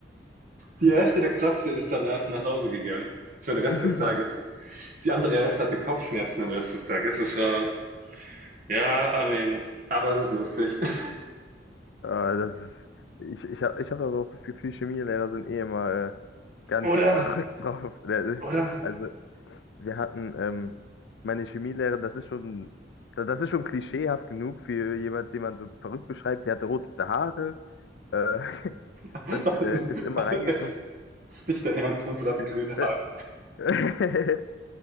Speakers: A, on the right; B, on the left.
A: Die Hälfte der Klasse ist danach nach Hause gegangen für den Rest
B: <laughs>
A: des Tages. Die andere Hälfte hatte Kopfschmerzen den Rest des Tages. Es war ja, I mean, aber es ist lustig. <laughs>
B: Ah, das ist. Ich, ich habe ich hab aber auch das Gefühl, Chemielehrer sind eh immer äh, ganz
A: Oder?
B: <laughs> verrückt drauf. Der-
A: Oder?
B: Also, wir hatten ähm, meine Chemielehrerin, das ist schon, da- das ist schon klischeehaft genug für jemand, den man so verrückt beschreibt. Die hatte rote Haare äh, <laughs>
A: <laughs>
B: und äh, ist immer reingekommen.
A: Es ist nicht dein Ernst, unsere hatte grüne
B: Äh,
A: Haare.
B: <laughs>